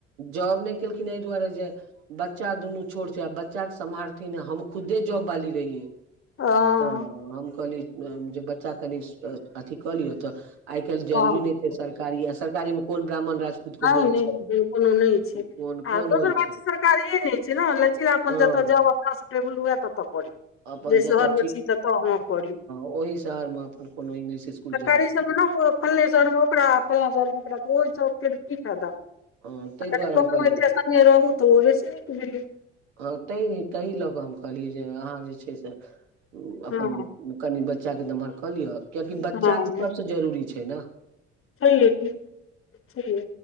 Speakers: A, on the right (about 75°); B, on the left (about 40°).
A: जॉब नै केलखिन ए दुआरे जे बच्चा दुनू छोट छै आ बच्चा के सम्हारथिन हम खुदे जॉब बाली रहियै।
B: हँ
A: तऽ हम कहली जे बच्चा कनि अथी कऽ लिय तऽ। आय कैल्ह जरूरी
B: तहन
A: नै छै सरकारी आ सरकारीमे कोन ब्राह्मण राजपूतके
B: नहि
A: होय
B: नहि
A: छै।
B: बिल- कोनो नहि छै
A: कोन
B: आ
A: कोन
B: दोसर
A: होइ
B: बात
A: छै
B: सरकारिए नै छै ने लेकिन अपन
A: हँ
B: जतऽ जौब अपना सुटेबल हुए ततऽ करी।
A: अपन
B: जे
A: जतऽ
B: शहरमे छी ततऽ हँ करी
A: ओहि शहर मे अपन कोनो इंग्लिश स्कुल
B: सरकारी
A: ज्वाइन कऽ
B: सबमे
A: लेब
B: <unintelligible> फले सहरमे ओकड़ा फला सहर मे ओकड़ा तऽ ओह सँ की फायदा।
A: हँ ताहि
B: अगर
A: दुआरे हम
B: कमो
A: कहलियै
B: इतै स्थानीये रहू तऽ ओहे सँ नीक भेलै।
A: हँ तैय -ताहि लऽ कऽ हम कहलियै जे अहाँ जे छै से
B: हँ
A: अपन कनि बच्चाके नम्हर कऽ लिअ कियकि बच्चा
B: हँ
A: तऽ सबसँ जरूरी छै नऽ।
B: छैहे की छैहे।